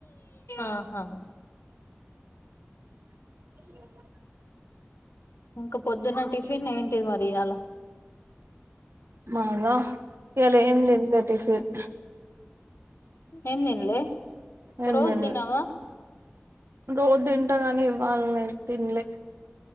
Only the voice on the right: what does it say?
ఇయ్య
మాల ఇవాళ ఏం తీన్లే టిఫిన్
ఏం
తినలే
రోజు తింట కాని ఇవాళ్లే తినలే